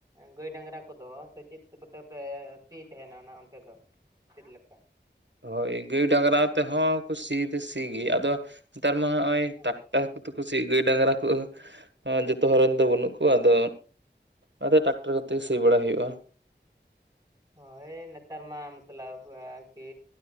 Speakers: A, on the right; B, on the right.
A: ᱜᱟᱹᱭ ᱰᱟᱝᱨᱟ ᱠᱚᱫᱚ ᱥᱮ ᱪᱮᱫ ᱠᱚᱛᱮ ᱯᱮ ᱥᱤ ᱛᱮᱦᱮᱸᱱᱟ ᱚᱱᱟ ᱚᱱᱛᱮ ᱫᱚ ᱪᱤᱫᱞᱮᱠᱟ?
B: ᱦᱳᱭ ᱜᱟᱹᱭᱼᱰᱟᱝᱨᱟ ᱛᱮᱦᱚᱸ ᱥᱤ ᱫᱚ ᱥᱤ ᱜᱤᱭᱟ ᱟᱫᱚ ᱱᱮᱛᱟᱨ ᱢᱟ ᱦᱚᱸᱜᱼᱚᱭ
A: ᱦᱮᱸ
B: ᱴᱟᱠᱴᱟᱨ ᱠᱩ ᱛᱮᱠᱩ ᱥᱤᱭᱮᱫ ᱜᱟᱹᱭᱼᱰᱟᱝᱨᱟ ᱠᱚ ᱚᱸ ᱡᱚᱛᱚ ᱦᱚᱲ ᱨᱮᱱ ᱫᱚ ᱵᱟᱹᱱᱩᱜ ᱠᱚᱣᱟ, ᱟᱫᱚ ᱚᱱᱟᱛᱮ ᱴᱨᱟᱠᱴᱟᱨ ᱠᱚᱛᱮ ᱥᱤ ᱵᱟᱲᱟ ᱦᱩᱭᱩᱜᱼᱟ᱾
A: ᱦᱳᱭ ᱱᱮᱛᱟᱨ ᱢᱟ ᱢᱚᱛᱞᱚᱵ ᱠᱤ